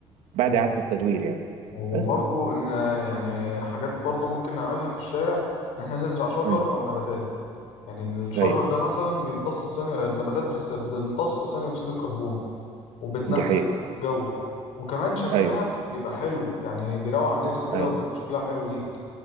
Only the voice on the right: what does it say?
بعد
اعاده التدوير يعني
بس
امم
ايوه
دي حقيقه
ايوه
ايوه